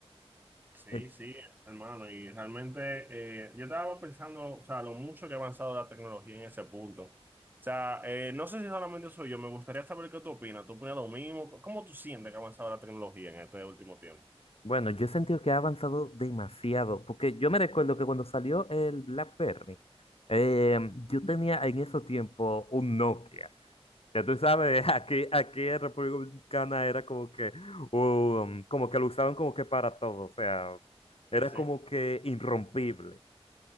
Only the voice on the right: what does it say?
Sí,
sí, hermano, y realmente eh, yo estaba pensando, o sea, lo mucho que ha avanzado la tecnología en ese punto. O sea, eh, no sé si solamente soy yo, me gustaría saber qué tú opinas. ¿Tú opinas lo mismo? ¿Cómo tú sientes que ha avanzado la tecnología en este último tiempo?
Sí, sí,